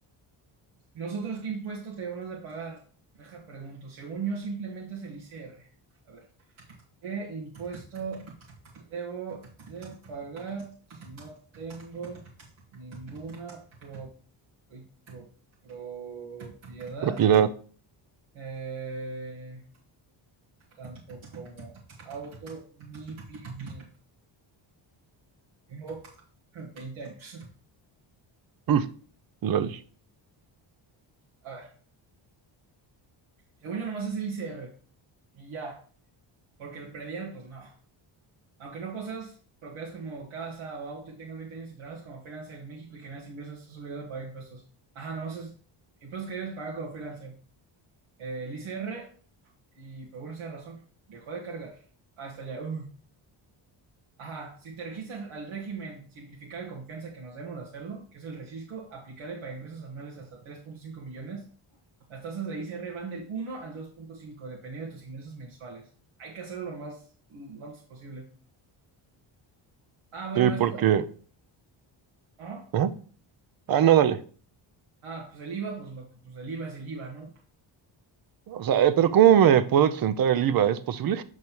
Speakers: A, on the right; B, on the right.
A: ¿Nosotros qué impuesto debemos de pagar? Deja pregunto, según yo simplemente es el ICR. A ver. ¿Qué impuesto debo de pagar si no tengo ninguna pro- pro- propiedad,
B: Propiedad.
A: eh, tanto como auto ni vivienda? Tengo <laughs> 20 años.
B: Mm, lol.
A: A ver, según yo nomás es el ICR y ya, porque el predial, pues no. Aunque no poseas propiedades como casa o auto y tengas 20 años y trabajas como freelancer en México y generas ingresos, estás obligado a pagar impuestos. Ajá, nomás es impuestos que debes pagar como freelancer. Eh, el ICR y por alguna sea razón, dejó de cargar. Ah, está ya. uh. Ajá, si te registras al régimen simplificado de confianza que nos debemos de hacerlo, que es el recisco, aplicable para ingresos anuales hasta tres punto cinco millones, las tasas de ICR van del uno al dos punto cinco dependiendo de tus ingresos mensuales. Hay que hacerlo lo más, lo antes posible. Ah, bueno,
B: Sí,
A: esto,
B: porque...
A: ¿ah?
B: ¿Ah? Ah, no, dale.
A: Ah, pues el IVA, pues lo que, pues el IVA es el IVA, ¿no?
B: O sea, eh, pero ¿cómo me puedo exentar el IVA? ¿Es posible?